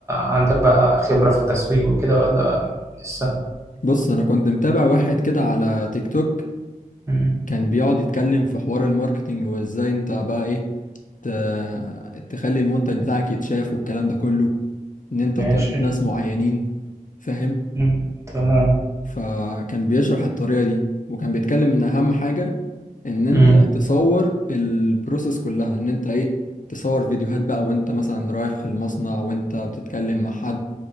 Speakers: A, on the right (about 20°); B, on the left (about 60°).
A: عندك بقى خبرة في التسويق وكده ولا لسه؟
B: بص انا كنت متابع واحد كده على تيك توك
A: مم،
B: كان بيقعد يتكلم في حوار الماركتينج وازاي انت بقى ايه ت... تخلي المنتج بتاعك يتشاف والكلام ده كله ان انت
A: ماشي
B: تارجت ناس معينين فاهم
A: مم، تمام
B: فكان بيشرح الطريقة دي وكان بيتكلم ان اهم حاجة ان انت
A: مم،
B: تصور البروسيس كلها ان انت ايه تصور فيديوهات بقى وانت مثلا رايح المصنع وانت بتتكلم مع حد